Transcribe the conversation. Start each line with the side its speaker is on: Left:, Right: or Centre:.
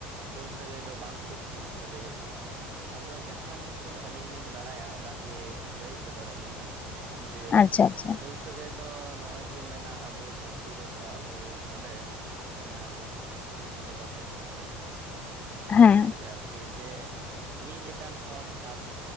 Right: ᱯᱷᱩᱞ ᱥᱟᱹᱜᱟᱹᱭ ᱫᱚ ᱵᱟᱝ ᱠᱚ ᱯᱷᱩᱞ ᱥᱟᱹᱜᱟᱹᱭᱚᱜ ᱜᱮᱭᱟ᱾ ᱟᱫᱚ ᱡᱟᱸᱦᱟᱸ ᱴᱩᱠᱩᱩᱱ ᱟᱹᱞᱤᱧ ᱞᱤᱧ ᱵᱟᱲᱟᱭᱟ ᱚᱱᱟᱜᱮ ᱞᱟᱹᱭ ᱥᱚᱫᱚᱨ ᱟᱹᱞᱤᱧ᱾ ᱡᱮ
Left: ᱟᱪᱪᱷᱟ ᱟᱪᱪᱷᱟ
Right: ᱯᱷᱩᱞ ᱥᱟᱹᱜᱟᱹᱭ ᱫᱚ ᱱᱚᱜᱚᱭ ᱠᱚ ᱢᱮᱱᱟ ᱟᱵᱚ ᱫᱷᱟᱹᱨᱛᱤ ᱨᱮᱥᱮ ᱟᱵᱚ ᱱᱚᱰᱮ ᱵᱚᱞᱮ ᱡᱟᱦᱟᱸ ᱵᱚᱱ ᱵᱚᱥᱚᱵᱟᱥᱮᱫ ᱠᱟᱱ
Left: ᱦᱮᱸ
Right: ᱫᱷᱟᱹᱨᱛᱤ ᱨᱮ ᱟᱨᱠᱤ ᱡᱮ ᱢᱤᱫ ᱞᱮᱠᱟᱱ ᱦᱚᱲ ᱥᱟᱛ